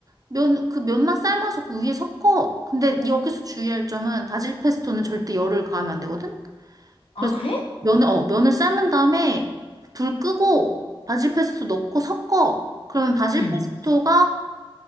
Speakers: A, on the right (about 40°); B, on the left (about 75°).
A: 면, 그 면만 삶아서 그 위에 섞어. 근데 여기서 주의할 점은 바질 페스토는 절대 열을 가하면 안 되거든.
B: 아,
A: 그래서
B: 그래?
A: 면을 어 면을 삶은 다음에 불 끄고 바질 페스토 넣고 섞어. 그러면 바질
B: 응,
A: 페스토가